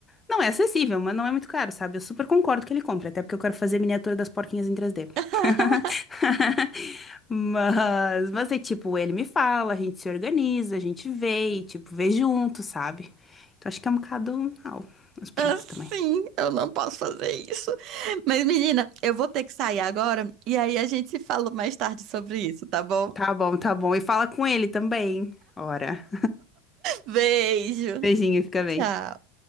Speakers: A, on the left; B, on the right.
A: Não é acessível, mas não é muito caro, sabe? Eu super concordo que ele compre, até porque eu quero fazer miniatura das porquinhas em 3D.
B: <laughs>
A: <laughs> Mas, mas é tipo, ele me fala, a gente se organiza, a gente vê e, tipo, vê junto, sabe? Então acho que é um bocado. Ah, mas pronto
B: Assim,
A: também.
B: eu não posso fazer isso. Mas, menina, eu vou ter que sair agora e aí a gente se fala mais tarde sobre isso, tá bom?
A: Tá bom, tá bom. E fala com ele também. Ora.
B: Beijo.
A: <laughs> Beijinho, fica bem.
B: Tchau.